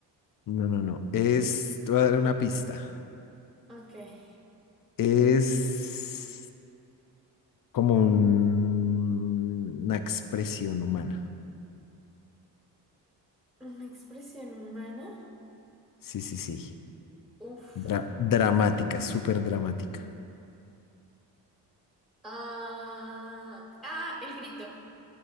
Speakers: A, on the left; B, in the centre.
A: no, no, no. Es, te voy a dar una pista.
B: Okay.
A: Es como un- una expresión humana.
B: Una expresión humana.
A: Sí, sí, sí.
B: Uf.
A: Dra- dramática, súper dramática.
B: Ah, ah, el grito.